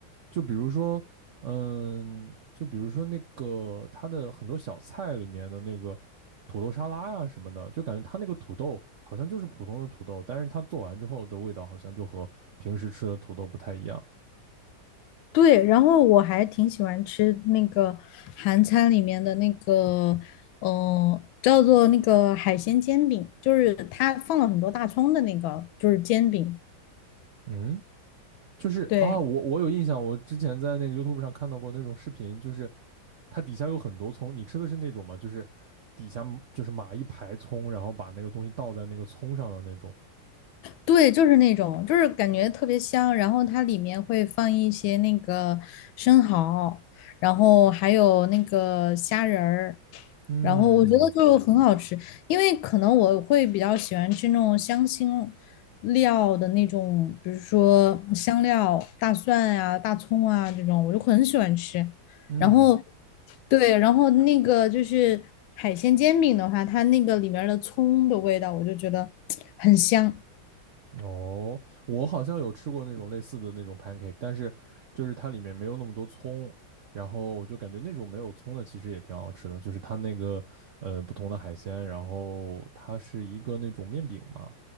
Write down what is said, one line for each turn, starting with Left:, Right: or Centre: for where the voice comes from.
Right: 就比如说，嗯，就比如说那个它的很多小菜里面的那个土豆沙拉呀、什么的，就感觉它那个土豆好像就是普通的土豆，但是它做完之后的味道好像就和平时吃的土豆不太一样。
Left: 对，然后我还挺喜欢吃那个韩餐里面的那个，嗯、叫做那个海鲜煎饼，就是他放了很多大葱的那个，就是煎饼。
Right: 嗯。就是啊，
Left: 对。
Right: 我我有印象，我之前在那个 YouTube 上看到过那种视频，就是它底下有很多葱，你吃的是那种吗？就是底下就是码一排葱，然后把那个东西倒在那个葱上的那种。
Left: 对，就是那种，就是感觉特别香。然后它里面会放一些那个生蚝，然后还有那个虾仁儿，
Right: 嗯
Left: 然后我觉得就很好吃。因为可能我会比较喜欢吃那种香辛料的那种，比如说香料、大蒜呀、大葱啊这种，我就很喜欢吃。
Right: 嗯，
Left: 然后，对，然后那个就是海鲜煎饼的话，它那个里面的葱的味道，我就觉得很香。
Right: 哦，我好像有吃过那种类似的那种 pancake，但是就是它里面没有那么多葱，然后我就感觉那种没有葱的其实也挺好吃的，就是它那个呃不同的海鲜，然后它是一个那种面饼嘛。